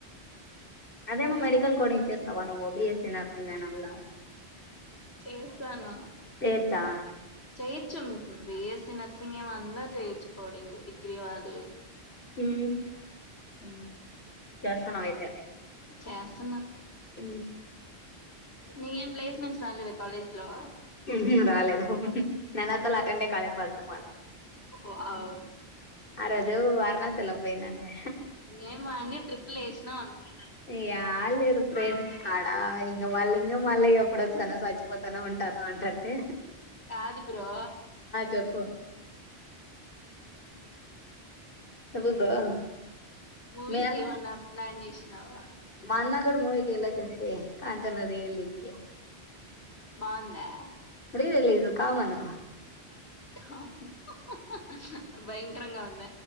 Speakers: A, on the left (about 55°); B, on the left (about 75°).
A: అదేమో మడి ల్ కూడా చేస్తావా నువ్ బి. ఎస్సి నర్సింగ్ అయినా కూడా
B: చేసాను
A: చేయొచ్చా
B: చేయించ్చు మ్ బి. ఎస్సి నర్సింగ్ ఏం అందర్ చేయొచ్చు కో యంగ్ డిగ్రీవాళ్ళు
A: హ్మ్
B: ఆ
A: చేస్తున్నావ్ అయితే
B: చేస్తున్నా
A: మ్మ్
B: నేక్ ఏం ప్లేస్మెంట్స్ రాలేదా కాలేజ్ లో
A: హు హుమ్ రాలేదు నేను అసల్ అటెండే కాలే ఫస్ట్ ఆఫ్ ఆల్
B: వావ్
A: ఆ రోజు వారణాసి ఎల్లాం పోయినంకా
B: ఇంగే మ్ ఆని ట్రిప్లు ఏసినా అన్ మా
A: యా లేదు ఫ్రెండ్స్ కాడ ఇంగా వాళ్ళు ఇంగా మళ్ళ ఎప్పుడొస్తానో చచ్చిపోతానో ఉంటానో అంటాంటే
B: కాదు బ్రో
A: చెప్పు చెప్పు బ్రో
B: మూవీస్
A: మీ
B: కేమన్నా ప్లాన్ చేష్ నావా
A: అన్నా గాడు మూవీ కి వెళ్ళొచ్చూసి కాంచన రియలిక్యా
B: బాం దా
A: రీడ లేదు కామను
B: అవును హ్హ్హ్ భయంకరంగా ఉంద